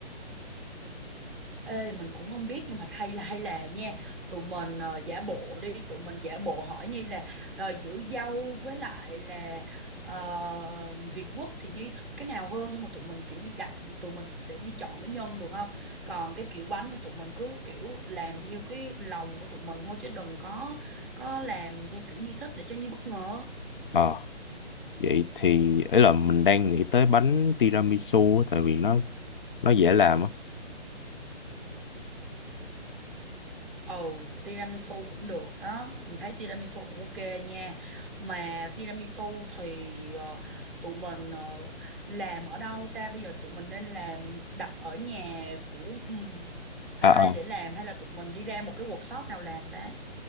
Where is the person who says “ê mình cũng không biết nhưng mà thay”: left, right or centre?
Centre